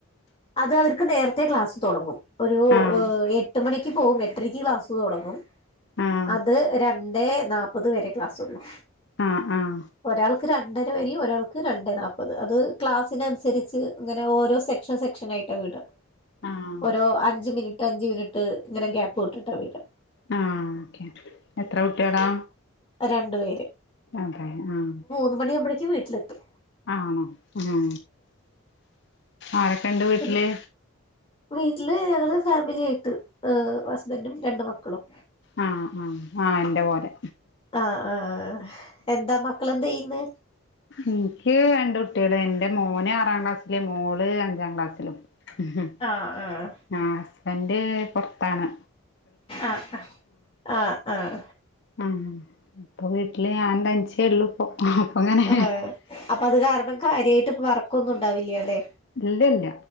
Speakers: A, on the left; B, on the left.
A: അത് അവർക്ക് നേരത്തെ ക്ലാസ് തുടങ്ങും ഒരു
B: ആഹ്
A: എ എട്ട് മണിക്ക് പോകും എ ട്ടരേക് ക്ലാസ് തുടങ്ങും
B: ആഹ്
A: അത് രണ്ടേ നാ അ തുവരെ ക്ലാസൊള്ളു
B: ആ് ആഹ
A: ഒരാൾക്ക് രണ്ടര വരെ ഒരാൾക്ക് രണ്ടേ നാല്പത് അത് ക്ലാസ്സിനനുസരിച്ച് ഇങ്ങനെ ഓരോ സെ സെക്ഷൻായിട്ട വീട്
B: ആഹ്
A: ഓോ അഞ്ച് മിനിറ്റ് അഞ്ച് മിന ഹ് ഇങ്ങനെ ഗ്യാപ് വിട്ട് ട്ട വരാ
B: ആ ഓക്കെ എത്ര കുട്ടികളാ
A: രണ്ടു പേര്
B: അതെ ആഹ
A: ഒമ്പ ണിയാമ്പോ യേ ക്ക് വീട്ട്ലെത്തും
B: ആണോ ഏ ആരൊക്കെ ഇണ്ട് വീട്ടില്
A: പിന്നെ വീട്ടില് ഞങ്ങള് ഫാമിലി ആായിട്ട് ് ഹസ്ബൻഡും രണ്ട് മക്കളും
B: ആ ആ ആഹ എന്റെ പോലെ
A: ആഹ ആഹ എന്താ മക്കളെന്താ യ്യന്ന്
B: എനിക്ക് രണ്ട് കുട്ടികള് എൻറെ മോന് ആറാം ക്ലാസ്സില് മോള് അഞ്ചാം ക്ലാസ്സിലും ഉം
A: ആഹ് ആഹ്
B: ആ ഹസ്ബൻഡ് പുറത്താണ്
A: ആഹ ആ ആഹ ആഹ
B: ആഹ് അപ്പൊ വീട്ടില് ഞാൻ ത നിചെല്ലുപ്പം അപ്പൊങ്ങനെ
A: ആഹ് അപ്പൊ അത് കാരണം കാര്യയിട്ട് വർ ക്കൊന്നും ഉണ്ടാവില്ലല്ലേ
B: ഇല്ലല്ല